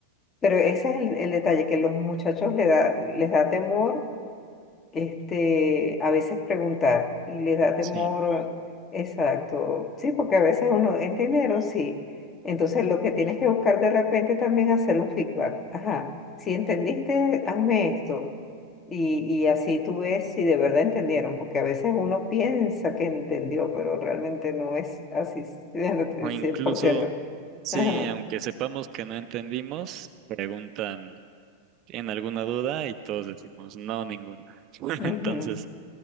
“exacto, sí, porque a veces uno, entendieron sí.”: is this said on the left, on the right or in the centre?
Left